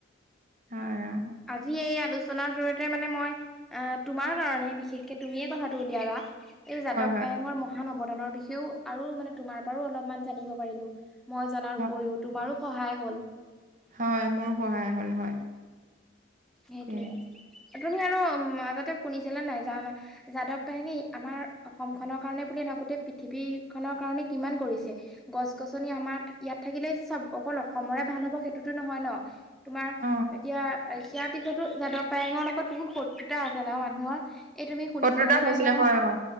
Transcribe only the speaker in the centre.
আজি এই আলোচনাৰ জৰিয়তে মানে মই আহ তোমাৰ কাৰণে বিশেষকে তুমিয়ে কথাটো উলিয়ালা। এই যাদৱ
পায়েঙৰ মহান অৱদানৰ বিষয়েও আৰু মানে তোমাৰ পৰাও অলপমান জানিব পাৰিলো। মই জনাৰ
উপৰিও তোমাৰো সহায় হ'ল।
সেইটোয়ে,
এই তুমি আৰু মাজতে শুনিছিলা নাই জানা যাদৱ পায়েঙে আমাৰ অসম খনৰ কাৰনে বুলে ভাবোতে পৃথিৱী খনৰ কাৰনে কিমান কৰিছে। গছ গছনি আমাৰ ইয়াত থাকিলেই চব অকল অসমৰে ভাল হব সেইটোতো নহয় ন! তোমাৰ
এতিয়া সেয়াৰ পিছতো যাদৱ পায়ঙৰ লগত বহুত শত্ৰুতা আছে ন মানুহৰ। এই তুমি শুনিছিলা
নে
নাই জানো?